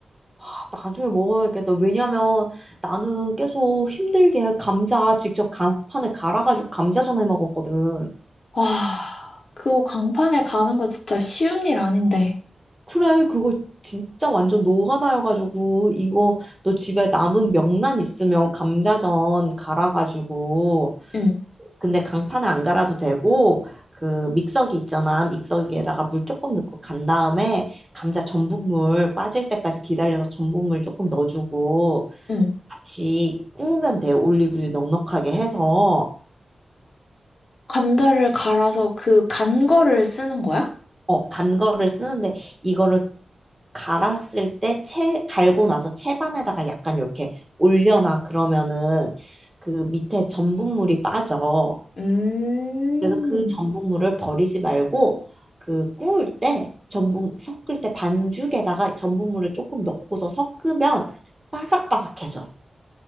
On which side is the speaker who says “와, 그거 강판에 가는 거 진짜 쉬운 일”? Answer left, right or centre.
Left